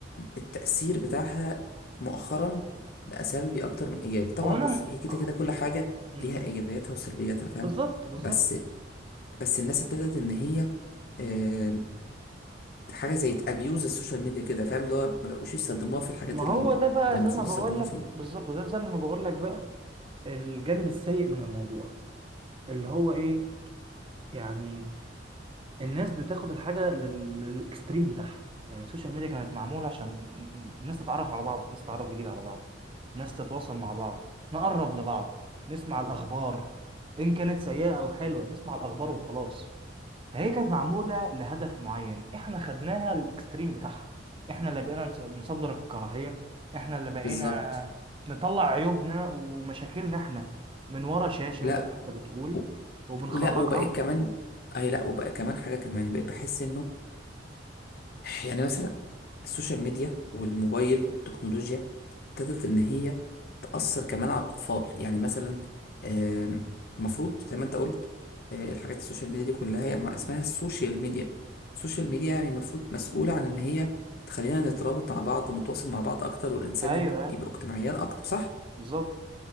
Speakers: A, on the left; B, on the right.
A: التأثير بتاعها مؤخرا بقى سلبي اكتر من ايجابي طبعا
B: هو انا
A: بص
B: م-
A: هي كده
B: أهو-
A: كده كل حاجة
B: مم.
A: ليها ايجابياتها وسلبياتها فاهم
B: بالظبط بالظبط
A: بس بس الناس ابتدت ان هي آه، حاجة زي تابيوز السوشيال ميديا كده فاهم اللي هو ما بقوش يستخدموها في الحاجات
B: ما
A: ال-
B: هو ده بقى
A: اللي
B: زي
A: المفروض
B: ما بقول
A: يستخدموها
B: لك
A: فيها
B: بالظبط ده زي ما بقول لك بقى الجانب السيء من الموضوع اللي هو ايه يعني الناس بتاخد الحاجه لل- للاكستريم بتاعها يعني السوشيال ميديا كانت معموله عشان ن- الناس تتعرف على بعض ناس تتعرف جديد على بعض ناس تتواصل مع بعض نقرب لبعض نسمع الاخبار ان كانت سيئه او حلوه نسمع الاخبار وخلاص فهي كانت معمولة لهدف معين احنا خدناها للاكستريم بتاعها احنا اللي بقينا نص- نصدر الكراهية احنا اللي بقينا
A: بالظبط
B: نطلع عيوبنا ومشاكلنا احنا من ورا شاشة
A: لا
B: زي ما انت بتقول
A: و-
B: وبنخرجها
A: ولا وبقيت كمان اي لا وبقى كمان حاجة كمان بقيت بحس انه يعني مثلا السوشيال ميديا والموبايل والتكنولوجيا ابتدت إن هي تأثر كمان على الأطفال يعني مثلا آم، المفروض زي ما أنت قلت آه، الحاجات السوشيال ميديا دي كلها هي مع- اسمها السوشيال ميديا السوشيال ميديا يعني المفروض مسؤولة عن إن هي تخلينا نترابط مع بعض ونتواصل مع بعض أكتر والإنسان
B: ايوه ايوه
A: يبقى اجتماعيا أكتر صح؟
B: بالظبط